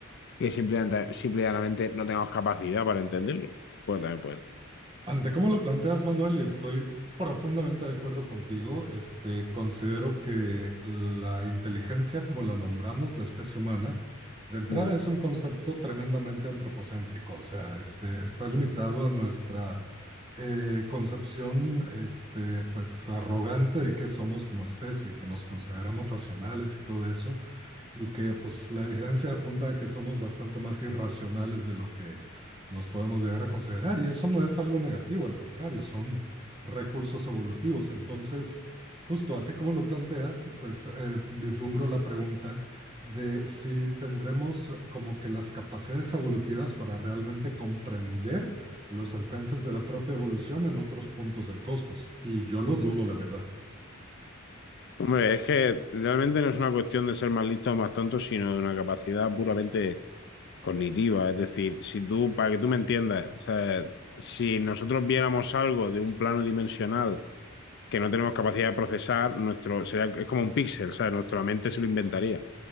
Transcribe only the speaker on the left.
que simplemente, simplemente no tengamos capacidad para entenderlo. Pues también puede. ser.
Mm.
Hombre, es que realmente no es una cuestión de ser más listo o más tonto, sino de una capacidad puramente cognitiva. Es decir, si tú, para que tú me entiendas, o sea, si nosotros viéramos algo de un plano dimensional que no tenemos capacidad de procesar, nuestro, sería, es como un píxel, ¿sabes? Nuestra mente se lo inventaría,